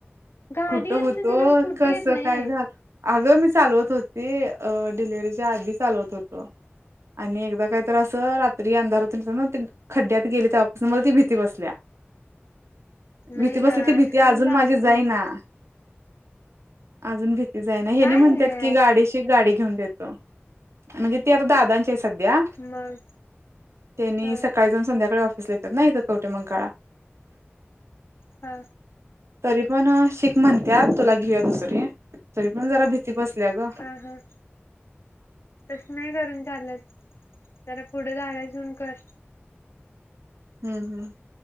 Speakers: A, on the left; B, on the right.
A: गाडी
B: कुठं
A: येत
B: होतो
A: नाही तुला स्कूटी
B: कस
A: येत नाही
B: काय झालं.. अगं मी चालवत होती अ डिलिव्हरीच्या आधी चालवत होतो आणि काय त्रास ओ रात्री अंधारात. <inaudible> खड्ड्यात गेले तवा मला भीती बसल्या
A: नाही
B: भीती बसल्या
A: असं
B: ती भीती अजून
A: करून चालत
B: माझी जाईना.
A: नाही
B: अजून भीती जाउदे..
A: काय
B: हेनी म्हणतात
A: हे
B: की गाडी शीक गाडी घेऊन देतो म्हणजे ती आता दादांची आहे सध्या
A: मग
B: त्यांनी
A: हा
B: सकाळी जाऊन संध्याकाळी ऑफिसला येतात ना इथ कवठेमहांकाळला
A: हा
B: तरी पण म्हणत्यात तुला घेऊया दुसरी. तरी पण जरा भीती बसल्या ग
A: हा हा तस नाही करून चालत. तर पुढ <unintelligible> कर
B: हम्, हम्.